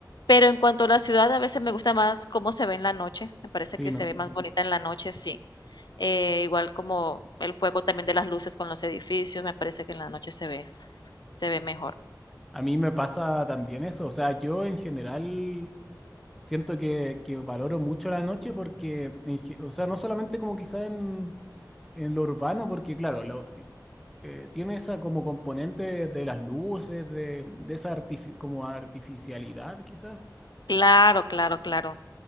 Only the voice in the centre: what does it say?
Sí,
¿no?
A mí me pasa también eso. O sea, yo en general Siento que, que valoro mucho la noche porque, en ge- o sea, no solamente como quizá en, en lo urbano, porque claro, lo- eh, tiene esa como componente de, de las luces, de, de esa artifi- como artificialidad quizás,